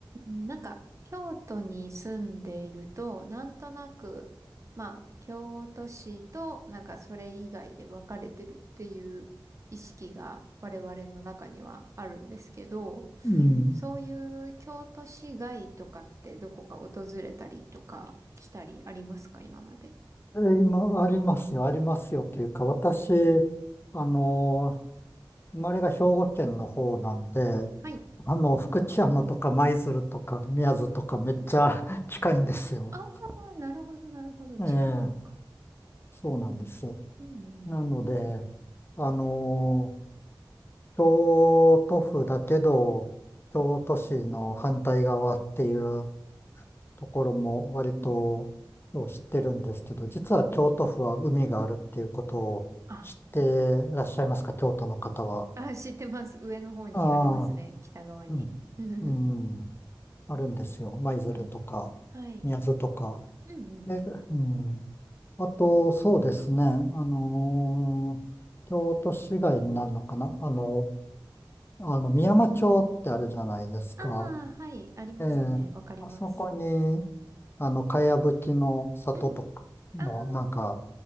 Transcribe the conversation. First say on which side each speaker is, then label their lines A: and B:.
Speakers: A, on the right (about 35°); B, on the left (about 30°).
A: うんなんか、京都に住んでいると、なんとなく、まあ、京都市と、なんかそれ以外で分かれてるっていう意識が我々の中にはあるんですけど、
B: うん。
A: そういう京都市外とかってどこか訪れたりとかしたりありますか、今まで。
B: えー、今、ありますよ、ありますよというか、私、あのー生まれが兵庫県の方なんで、
A: はい。
B: あの、福知山とか舞鶴とか宮津とかめっちゃ <laughs> 近いんですよ。
A: ああ、なるほど、なるほど。
B: ええ、
A: 近いのか。
B: そうなんです。
A: うんうんうん。
B: なので、あのー京都府だけど、京都市の反対側っていうところも割とよう知ってるんですけど、
A: うん
B: 実は京都府は海があるっていうことを知って
A: あ、
B: らっしゃいますか、京都の方は。
A: あ、知ってます。上の方にありますね。
B: ああ、
A: 北側に。
B: うん、
A: <laughs>
B: うん、あるんですよ。舞鶴とか、
A: はいはい。
B: 宮津とか。
A: うんうん。
B: で、うん。あと、そうですね、あのー京都市街になるのかなあの、あの、美山町ってあるじゃないですか。
A: ああ、はい。ありますね。
B: ええ、
A: わかります。
B: あそこに、あの、かやぶきの里とかの、
A: うん。ああ、
B: なんか、